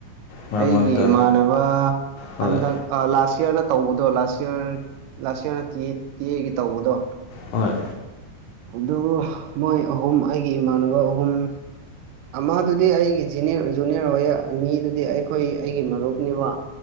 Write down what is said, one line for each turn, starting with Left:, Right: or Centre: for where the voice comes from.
Left: ꯃꯔꯛ
Right: ꯑꯩꯒꯤ
Left: ꯃꯔꯛꯇ
Right: ꯃꯥꯅꯋꯥ
Left: ꯍꯣꯏ
Right: ꯑꯗ ꯂꯥꯁ ꯏꯌꯥꯔ ꯇꯧꯕꯗꯣ ꯂꯥꯁ ꯏꯔ ꯂꯥꯁ ꯏꯔꯗ ꯇꯤ ꯑꯦꯒꯤ ꯇꯧꯕꯗꯣ
Left: ꯍꯣꯏ
Right: ꯑꯗꯨ ꯃꯣꯏ ꯑꯍꯨꯝ ꯑꯩꯒꯤ ꯏꯃꯥꯟꯅꯕ ꯑꯍꯨꯝ ꯑꯃꯗꯨꯗꯤ ꯑꯩꯒꯤ ꯖꯨꯅꯤꯌꯔ ꯑꯣꯏꯌꯦ ꯑꯅꯤꯗꯨꯗꯤ ꯑꯩ ꯑꯩꯈꯣꯏ ꯑꯩꯒꯤ ꯃꯔꯨꯞꯅꯦꯕ